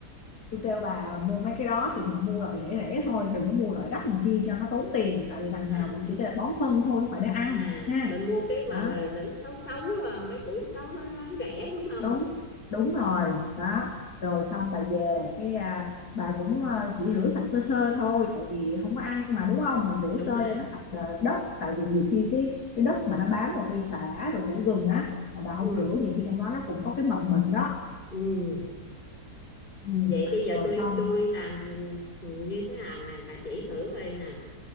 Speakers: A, on the left; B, on the left.
A: tôi kêu bà mua mấy cái đó thì bà mua loại rẻ rẻ thôi đừng có mua loại đắt làm chi cho nó tốn tiền tại vì đằng
B: à
A: nào mình chỉ để bón phân thôi không phải để ăn
B: à
A: ha
B: mình mua cái mà
A: đó
B: ờ, đến sáu sáu ờ, mấy củ sáu sáu đó nó bán rẻ đúng không
A: đúng đúng rồi đó rồi xong bà về cái à, bà cũng ờ, chỉ rửa sạch sơ sơ thôi tại vì không có ăn mà đúng không mình rửa
B: đúng
A: sơ
B: rồi
A: cho nó sạch ờ, đất tại vì nhiều khi cái cái đất mà nó bám vào cây sả rồi củ gừng á mà bà không
B: ừ
A: rửa nhiều khi trong đó nó cũng có cái mầm bệnh đó
B: ừ
A: Ừ.
B: vậy bây giờ
A: Rồi
B: tôi
A: xong
B: tôi làm ừ, như thế nào nè bà chỉ thử coi nè